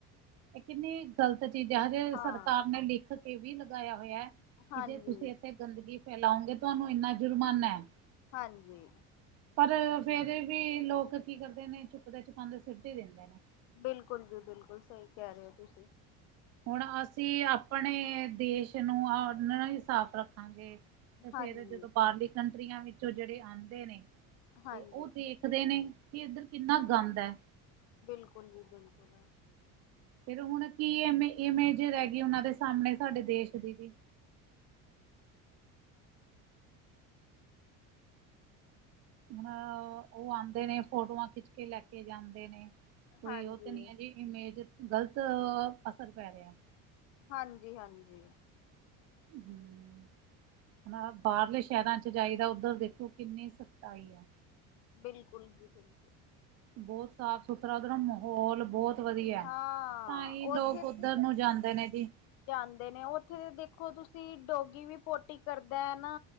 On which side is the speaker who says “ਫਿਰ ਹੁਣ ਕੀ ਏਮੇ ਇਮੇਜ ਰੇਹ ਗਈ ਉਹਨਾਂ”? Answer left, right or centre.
Right